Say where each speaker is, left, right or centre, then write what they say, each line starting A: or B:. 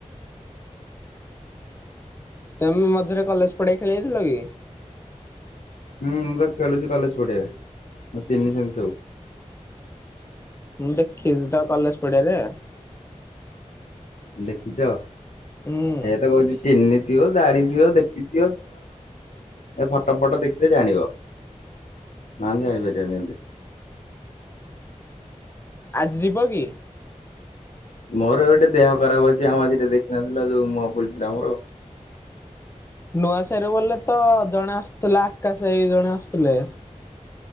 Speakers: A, on the left; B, on the left.
A: ତେମେ ମଝିରେ କଲେଜ ପଡିଆ ଖେଳି ଆଇଥିଲ କି?
B: ହୁଁ ମୁଁ ତ ଖେଳୁଚି କଲେଜ ପଡିଆରେ ମତେ ଚିହ୍ନିଚନ୍ତି ସବୁ।
A: ମୁଁ ଦେଖିଚି ତ କଲେଜ ପଡିଆରେ।
B: ଦେଖିଚ
A: ହୁଁ
B: ଏଇଆ ତ କହୁଚି ଚିହ୍ନି ଥିବ ଜାଣିଥିବ ଦେଖିଥିବ କିନ୍ତୁ ଏ ଫଟୋ ଫଟୋ ଦେଖିଲେ ଜାଣିବ ନହେଲେ ଜାଣିପାରିବନି ଏମତି।
A: ଆଜି ଯିବ କି?
B: ମୋର ଏବେ ଟିକେ ଦେହ ଖରାପ ଅଛି ମଝିରେ ଦେଖିନଥିଲ ଯୋଉ ମୁହଁ ଫୁଲିଥିଲା ମୋର।
A: ନୂଆସାହି ରେ ବୋଲେ ତ ଜଣେ ଆସୁଥିଲା ଆକାଶ ଭାଇ ଜଣେ ଆସୁଥିଲେ।